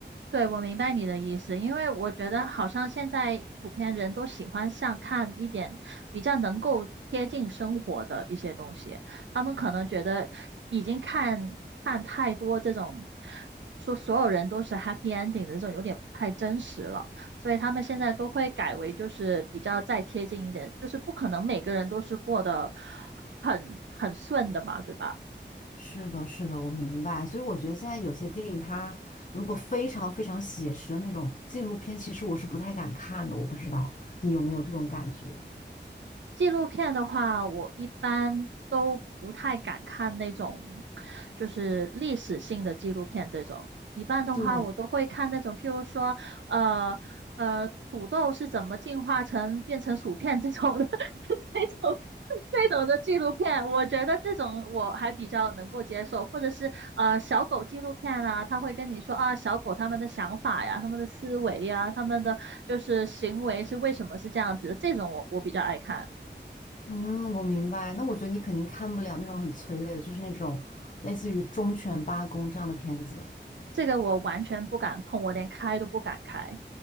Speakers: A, on the right; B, on the left.
A: 对，我明白你的意思，因为我觉得好像现在普遍人都喜欢像看一点比较能够贴近生活的一些东西，他们可能觉得已经看看太多这种说所有人都是 happy ending 的这种有点不太真实了，所以他们现在都会改为就是比较再贴近一点，就是不可能每个人都是过得很很顺的嘛，对吧？
B: 是的，是的，我明白。所以我觉得现在有些电影，它如果非常非常写实的那种纪录片，其实我是不太敢看的。我不知道你有没有这种感觉？
A: 纪录片的话，我一般都不太敢看那种，就是历史性的纪录片这种。一般的话，
B: 对，
A: 我都会看那种，譬如说，呃呃，土豆是怎么进化成变成薯片这种的，<laughs> 这种这种的纪录片，我觉得这种我还比较能够接受，或者是呃小狗纪录片啊，他会跟你说啊，小狗他们的想法呀，他们的思维呀，他们的就是行为是为什么是这样子的，这种我我比较爱看。
B: 嗯，我明白。那我觉得你肯定看不了那种很催泪的，就是那种类似于《忠犬八公》这样的片子。
A: 这个我完全不敢碰，我连开都不敢开。